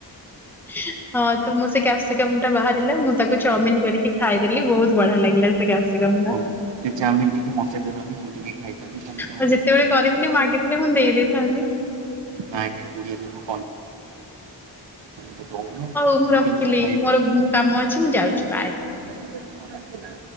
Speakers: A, in the centre; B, on the right.
A: <inaudible> ହଁ ତ ମୁଁ ସେ କ୍ୟାପସିକମ୍ ଟା ବାହାରିଲା ମୁଁ ତାକୁ ଚାଉମିିନ କରିକି ଖାଇଦେଲି ବହୁତ ବଢିଆ ଲାଗିଲା। ସେ କ୍ୟାପ୍ସିକମ ଟା
B: ହଉ ସେ ଚାଉମିନ ଟିକେ ମତେ ଦେଲନି ମୁଁ ଟିକେ ଖାଇଥାନ୍ତି ତମେ ତମ
A: ଆଉ ଯେତେବେଳେ କରିଥିଲି ମାଗିଥିଲେ ମୁଁ ଦେଇଦେଇଥାନ୍ତି।
B: ନାଇଁ ନାଇ ଗୁଡିଆ ଲୋକ <unintelligible>
A: ହଉ ମୁଁ ରଖିଲି
B: କେମିତି ଖାଇବି
A: ମୋର ମୁଁ କାମ ଅଛି ମୁଁ ଯାଉଛି ବାଏ।
B: <unintelligible> ଥିଲା।